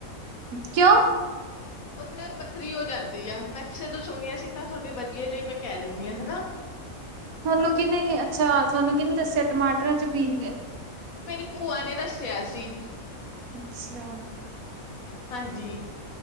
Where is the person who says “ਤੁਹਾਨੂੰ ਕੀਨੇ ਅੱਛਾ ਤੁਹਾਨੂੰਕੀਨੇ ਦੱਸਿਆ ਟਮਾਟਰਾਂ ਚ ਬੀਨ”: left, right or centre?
Right